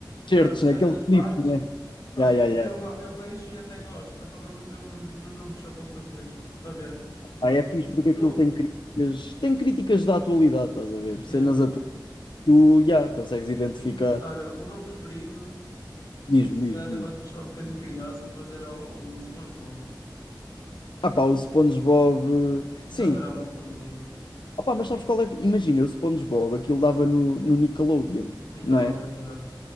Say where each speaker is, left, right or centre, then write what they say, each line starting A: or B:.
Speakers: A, on the left; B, on the left.
A: Certos,
B: ah, certas
A: né? Aqueles clipes,
B: partes.
A: né?
B: Pronto,
A: Ya, ya, ya.
B: eu, go- eu vejo e até gosto, Epá, mas nunca, me- nunca me puxou para fazer, para ver.
A: Pá, é fixe porque
B: O que
A: aquilo
B: eu-
A: tem críticas, tem críticas da atualidade, estás a ver?
B: Yeah.
A: Cenas atuais. Tu, ya, consegues identificar.
B: Olha, o meu preferido,
A: Diz-me,
B: se calhar
A: diz-me,
B: até podes
A: diz-me.
B: me chamar um bocadinho criança, mas era o, o SpongeBob.
A: Ah pá, o SpongeBob. eh,
B: <laughs>
A: Sim.
B: Eu adorava o SpongeBob.
A: Ah pá, mas sabes qual é? que- Imagina, o SpongeBob, aquilo dava no, no Nickelodeon,
B: Nickelodeon,
A: não é?
B: exato.